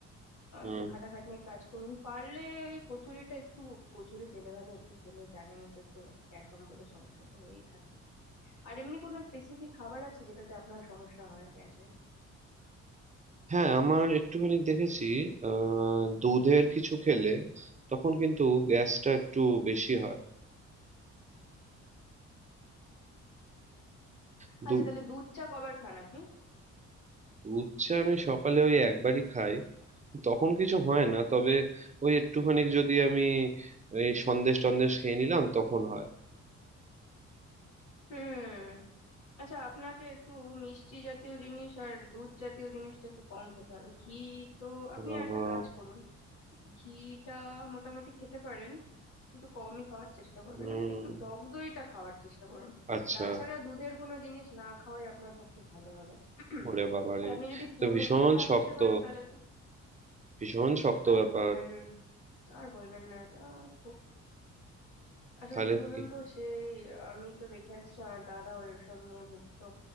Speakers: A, on the left; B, on the right.
A: আহ,
B: হুম
A: একটু খাটাখাটনির কাজ করুন পারলে ওই কচুরিটা একটু কচুরি তেলে ভাজা একটু খেলে জানেনই তো একটু গ্যাস অম্বলের সমস্যা তো হয়েই থাকে আর এমনি কোনো স্পেসিফিক খাবার আছে যেটাতে আপনার সমস্যা হয় গ্যাসের
B: হ্যাঁ আমার একটুখানি দেখেছি আহ দুধের কিছু খেলে তখন কিন্তু গ্যাসটা একটু বেশি হয় দু-
A: আচ্ছা তাহলে দুধ চা কবার খান আপনি
B: দুধ চা আমি সকালে ওই একবারই খাই তখন কিছু হয় না তবে ওই একটুখানি যদি আমি এই সন্দেশ টন্দেশ খেয়ে নিলাম তখন হয়
A: হুম আচ্ছা আপনাকে একটু মিষ্টি জাতীয় জিনিস আর দুধ জাতীয় জিনিসটা একটু কম খেতে হবে ঘি তো আপনি
B: বাবা
A: একটা কাজ করুন ঘিটা মোটামুটি খেতে পারেন কিন্তু কমই খাওয়ার চেষ্টা করবেন
B: হুম
A: আপনি একটু টক দইটা খাওয়ার চেষ্টা করুন
B: আচ্ছা
A: তাছাড়া দুধের কোনো জিনিস না খাওয়াই আপনার পক্ষে ভালো হবে <clears throat>
B: ওরে বাবা
A: আর
B: রে
A: আপনি যদি পুরোপুরি
B: তো ভীষণ
A: বাদ
B: শক্ত
A: দিতে পারেন তাহলে তো
B: ভীষণ শক্ত
A: আর
B: ব্যাপার
A: বলবেন আর বলবেন না এটা খুব আসলে
B: তাহলে
A: কি বলুন
B: কি
A: তো সেই আমি তো দেখে আসছি আমার দাদা ওই সব নিয়ে ভুগতো